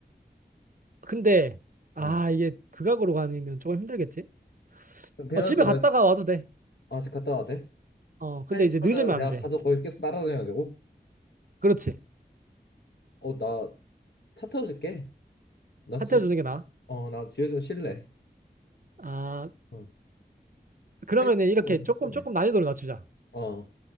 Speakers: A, on the right (about 55°); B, on the left (about 75°).
A: 근데 아
B: 어.
A: 이게 극악으로 가면 조금 힘들겠지?
B: 그럼 데려다
A: 어, 집에
B: 주고
A: 갔다가
B: 내가
A: 와도 돼.
B: 아, 집 갔다 와도 돼?
A: 어, 근데
B: 사진
A: 이제
B: 찍어줘야
A: 늦으면
B: 내가
A: 안 돼.
B: 가서 거기 계속 따라다녀야 되고?
A: 그렇지.
B: 어, 나 차 태워줄게. 나
A: 사퇴해
B: 집에
A: 주는 게 나아.
B: 어, 나 집에 좀 쉴래.
A: 아,
B: 어.
A: 그러면은
B: 사진
A: 이렇게
B: 찍어줘야
A: 조금
B: 네
A: 조금 난이도를 낮추자.
B: 어.